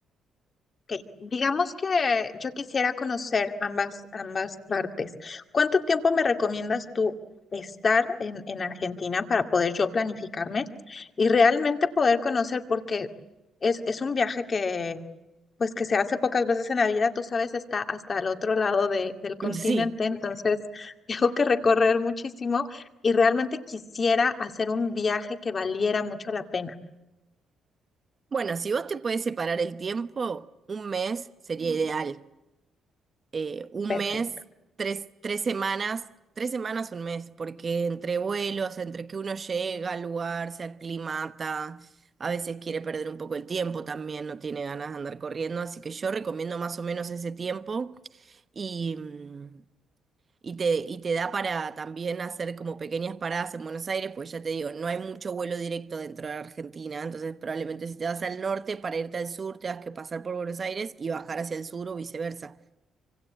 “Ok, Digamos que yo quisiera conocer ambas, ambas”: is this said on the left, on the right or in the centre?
Left